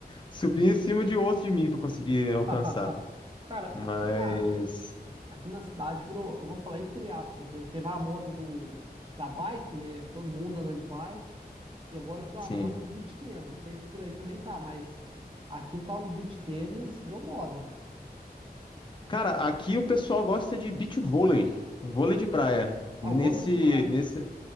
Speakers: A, on the left (about 30°); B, on the right (about 30°).
A: subir em cima de outro de mim para conseguir
B: <laughs>
A: alcançar.
B: Cara,
A: Mas,
B: aqui na, aqui na cidade virou, vamos falar entre aspas, né? Teve a moda do, da bike, né? Todo mundo andando de bike. E agora virou
A: sim.
B: a moda do beach tennis. Não sei se por aí também tá, mas aqui o tal do beach tennis virou moda.
A: Cara, aqui o pessoal gosta de beach vôlei, vôlei de praia.
B: Ah,
A: Nesse,
B: o vôlei de praia.
A: nesse